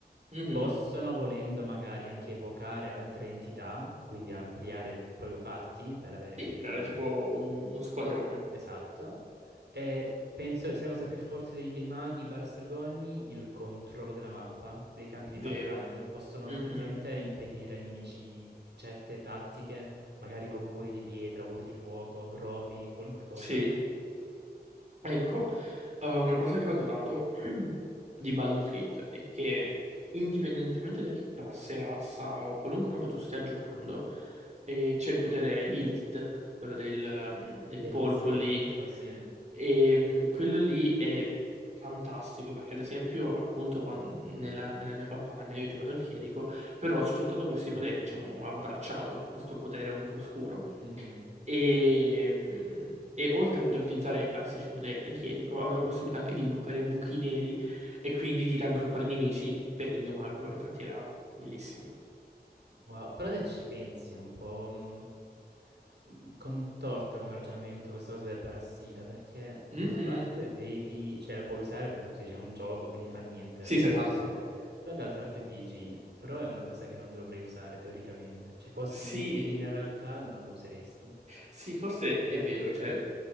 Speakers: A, on the right (about 45°); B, on the right (about 90°).
A: Mhm.
B: possono volendo magari anche evocare altre entità, quindi ampliare il proprio party per avere
A: Sì,
B: più
A: creare tipo un- uno squadrone.
B: Esatto. E penso che sia la cosa più forte dei, dei maghi barra stregoni il controllo della mappa, dei campi di
A: Vero.
B: battaglia. Possono
A: Mhm.
B: letteralmente impedire ai nemici certe tattiche, magari con muri di pietra, muri di fuoco, grovi, qualunque cosa.
A: Sì. Ecco, eh, una cosa che ho adorato <clears throat> di Baldur's Gate è che indipendentemente da che classe, razza o qualunque roba tu stia giocando, eh, c'è il potere Illithid, quello del, ehm, del
B: Dell'insetto,
A: polpo lì,
B: sì.
A: e mm, quello lì è fantastico perché ad esempio appunto quan- nella, nella mia campagna io ho giocato al chierico, però ho sfruttato questi poteri, diciamo, ho abbracciato questo potere un po' oscuro.
B: Mhm.
A: E, mm, e oltre a poter utilizzare i classici poteri da Chierico, avevo la possibilità anche di invocare buchi neri e quindi di raggruppare nemici per il mio mago. Infatti era bellissimo.
B: Wow, però se ci pensi un po', mh, mh, contorta come ragionamento questa cosa del parassita, perché da
A: Mhm.
B: una parte devi, cioè la puoi usare perché appunto dice è un gioco, quindi fa niente,
A: Sì,
B: la prendo
A: sì, esatto.
B: sto potere, però dall'altra parte dici, però è una cosa che non dovrei usare teoricamente, cioè fossi
A: Sì,
B: lì in realtà non lo useresti.
A: sì, forse è vero, cioè,